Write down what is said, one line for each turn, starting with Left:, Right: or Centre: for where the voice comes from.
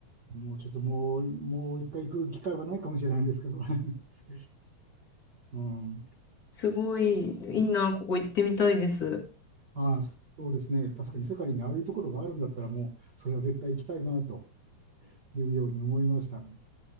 Right: もうちょっともう、もう一回行く機会はないかもしれないんですけど、<laughs> うん、
Left: すごい、いいな、ここ行ってみたいです。
Right: ああ、そうですね、確かに世界にああいうところがあるんだったら、もうそれは絶対行きたいなというように思いましたね。